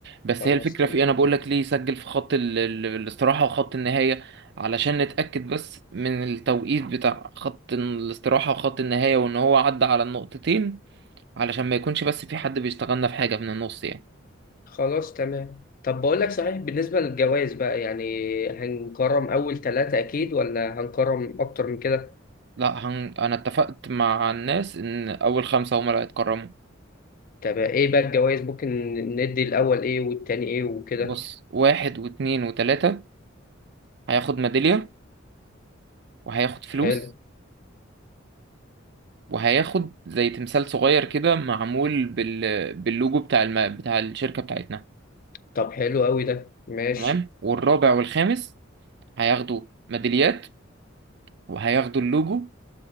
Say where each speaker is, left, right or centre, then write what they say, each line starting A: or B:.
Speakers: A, on the right; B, on the left.
A: بس
B: خلاص
A: هي الفكرة
B: تمام
A: في ايه؟ انا بقول لك ليه سجل في خط ال... ال- الاستراحة وخط النهاية علشان نتأكد بس من التوقيت بتاع خط الاستراحة وخط النهاية وان هو عدى على النقطتين علشان ما يكونش بس في حد بيشتغلنا في حاجة من النص يعني
B: خلاص تمام طب بقول لك صحيح بالنسبه للجوائز بقى يعني هنكرم اول ثلاثه اكيد ولا هنكرم اكتر من كده
A: لا هن... انا اتفقت مع الناس ان اول خمسة هما اللي هيتكرموا
B: طب ايه بقى الجوائز ممكن ندي الاول ايه والتاني ايه وكده
A: بص واحد واتنين وتلاتة هياخد ميدالية وهياخد فلوس
B: حلو
A: وهياخد زي تمثال صغير كده معمول بال... باللوجو بتاع الم... بتاع الشركة بتاعتنا
B: طب حلو قوي ده ماشي
A: تمام والرابع والخامس هياخدوا ميداليات وهياخدوا اللوجو